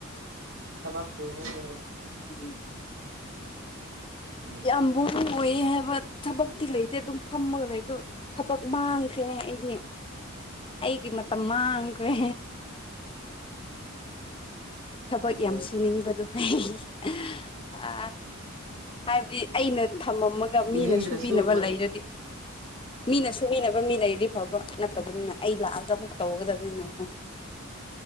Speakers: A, on the right; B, on the left.
A: ꯊꯕꯛ ꯁꯨꯕꯗꯨꯕꯨ
B: <unintelligible>
A: ꯎꯝ
B: ꯌꯥꯝ ꯑꯝꯕꯨ ꯑꯣꯏꯌꯦ ꯍꯥꯏꯕ ꯊꯕꯛꯇꯤ ꯂꯩꯇꯦ ꯑꯗꯨꯝ ꯐꯝꯃꯒ ꯂꯩꯕ ꯊꯕꯛ ꯃꯥꯡꯈ꯭ꯔꯦꯅꯦ ꯑꯩꯗꯤ ꯑꯩꯒꯤ ꯃꯇꯝ ꯃꯥꯡꯈ꯭ꯔꯦ
A: ꯑꯗꯨꯅꯦ
B: ꯊꯕꯛ ꯌꯥꯝ ꯁꯨꯅꯤꯡꯕꯗꯣ ꯍ ꯑ ꯍꯥꯏꯕꯗꯤ ꯑꯩꯅ ꯊꯝꯃꯝꯃꯒ
A: ꯁꯨꯅꯤꯡꯗ꯭ꯔꯁꯨ
B: ꯃꯤꯅ ꯁꯨꯕꯤꯅꯕ
A: ꯃꯠ
B: ꯂꯩꯔꯗꯤ ꯃꯤꯅ ꯁꯨꯃꯤꯅꯕ ꯃꯤ ꯂꯩꯔꯤꯔꯤ ꯐꯥꯎꯕ ꯅꯠꯇꯕꯅꯤꯅ ꯑꯩ ꯂꯥꯛꯑꯒ ꯑꯃꯨꯛ ꯇꯧꯒꯗꯕꯅꯤꯅꯀꯣ